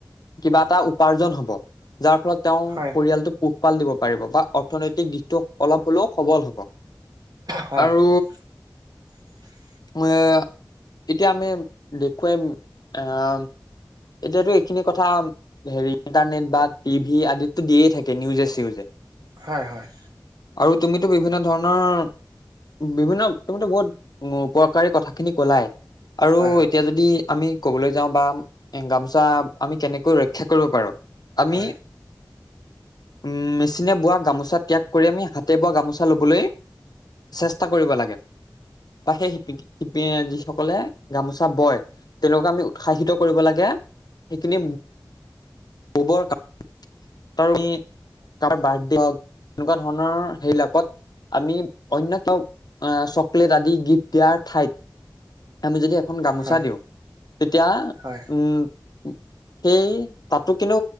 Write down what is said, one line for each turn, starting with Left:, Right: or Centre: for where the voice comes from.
Left: কিবা এটা উপাৰ্জন হব যাৰ ফলত তেওঁৰ
Right: হয়
Left: পৰিয়ালটোক পোহপাল দিব পাৰিব বা অৰ্থনৈতিক দিশটো অলপ সুলভ সবল হ'ব,
Right: হয়
Left: আৰু।
Right: হয় <unintelligible>
Left: উম! এতিয়া আমি দেখুৱাইম আহ এতিয়াতো এইখিনি কথা হেৰি ইণ্টাৰনেট বা টিভি আদিতো দিয়ে থাকে নিউজে-চিউজে
Right: হয়, হয়।
Left: আৰু তুমিতো বিভিন্ন ধৰণৰ বিভিন্ন তুমিতো বহুত উপকাৰী কথাখিনি কলাই আৰু
Right: হয়
Left: এতিয়া যদি আমি কবলৈ যাওঁ বা গামোচা আমি কেনেকৈ ৰক্ষা কৰিব পাৰোঁ আমি
Right: হয় হয় হয় হয়
Left: উম মেচিনে বোৱা গামোচা ত্যাগ কৰি আমি হাতে বোৱা গামোচা লবলৈ চেষ্টা কৰিব লাগে, বা সেই শ যিসকলে গামোচা বয় তেওঁলোকে আমি উৎসাহিত কৰিব লাগে। সেইখিনি ববৰ কা ৰণে কাৰোবাৰ বাৰ্থডে হওক এনেকোৱা ধৰণৰ সেইবিলাকত আমি অন্য ক অ চকলেট আদি গিফ্ট দিয়াৰ ঠাইত আমি যদি এখন গামোচা
Right: হয়
Left: দিওঁ তেতিয়া
Right: হয়
Left: উম! সেই তাতো কিন্তু